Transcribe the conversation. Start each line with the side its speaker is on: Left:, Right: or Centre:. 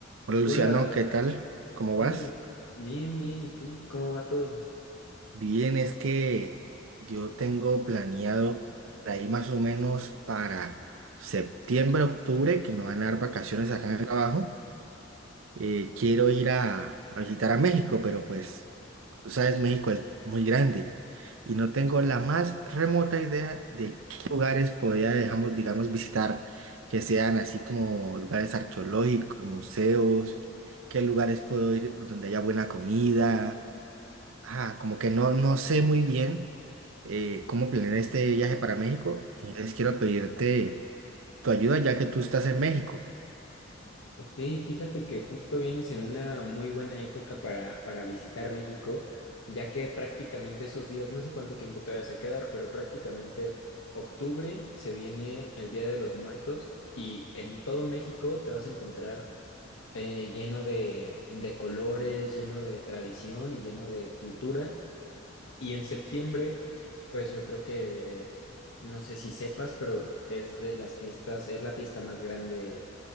Right: Hola
Left: Hola,
Right: Luciano, ¿qué tal? ¿Cómo
Left: hola,
Right: vas?
Left: bien, bien, ¿y tú? ¿Cómo va todo?
Right: Bien, es que yo tengo planeado de ahí más o menos para septiembre, octubre, que me van a dar vacaciones acá en el trabajo. eh, quiero ir a, a visitar a México, pero pues, tú sabes, México es muy grande y no tengo la más remota idea de qué lugares podría, dejamos, digamos, visitar, que sean así como lugares arqueológicos, museos, qué lugares puedo ir donde haya buena comida. Ah, como que no, no sé muy bien eh, cómo planear este viaje para México, y entonces quiero pedirte tu ayuda ya que tú estás en México.
Left: Ok, fíjate que justo vienes en una muy buena época para, para visitar México, ya que prácticamente esos días, no sé cuánto tiempo te vas a quedar, pero prácticamente octubre se viene el Día de los Muertos y en todo México te vas a encontrar eh, lleno de, de colores, lleno de tradición y lleno de cultura. Y en septiembre, pues yo creo que, no sé si sepas, pero es de las fiestas, es la fiesta más grande